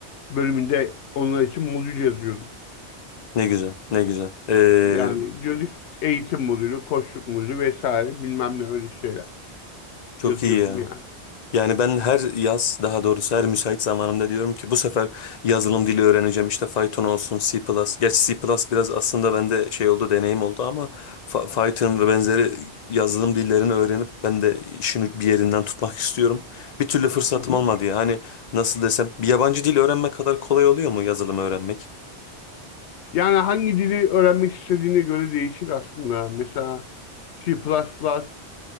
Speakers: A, on the left; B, on the left.
A: bölümünde onlar için modül yazıyorum.
B: Ne güzel, ne güzel. E,
A: Yani diyorduk eğitim modülü, koçluk modülü vesaire bilmem ne öyle şeyler
B: çok
A: yazıyordum
B: iyi ya.
A: yani.
B: Yani ben her yaz daha doğrusu her müsait zamanımda diyorum ki bu sefer yazılım dili öğreneceğim. İşte Python olsun, C++. Gerçi C++ biraz aslında bende şey oldu, deneyim oldu ama Fa- Python ve benzeri yazılım dillerini öğrenip ben de işini bir yerinden tutmak istiyorum. Bir türlü fırsatım
A: Hı hı.
B: olmadı ya. Hani nasıl desem bir yabancı dil öğrenmek kadar kolay oluyor mu yazılım öğrenmek?
A: Yani hangi dili öğrenmek istediğine göre değişir aslında. Mesela C++ plus plus